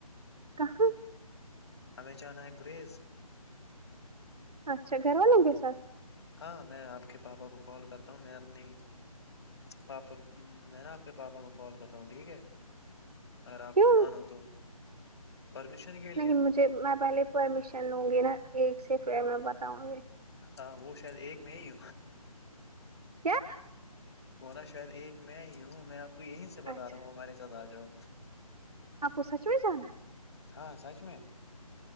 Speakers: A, on the right; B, on the left.
A: کہاں
B: ہمیں جانا ہے گریز
A: اچھا گھر والوں کے ساتھ
B: ہاں میں آپ کے بابا کو کال کرتا ہوں میں اپنی پاپا میں نہ آپ کے بابا کو کال کرتا ہوں ٹھیک ہے اگر آپ
A: کیوں
B: مانو تو پرمیشن کے
A: نہیں
B: لیے
A: مجھے میں پہلے پرمیشن لوں گی نہ ایک سے پھر میں بتاؤں گی
B: ہاں وہ شاید ایک میں ہی
A: کیا
B: ورنہ شاید ایک میں ہی ہوں میں آپ کو یہیں سے بتا
A: اچھا
B: رہا ہوں ہمارے ساتھ آ جاؤ
A: آپ کو سچ میں جانا
B: ہاں سچ میں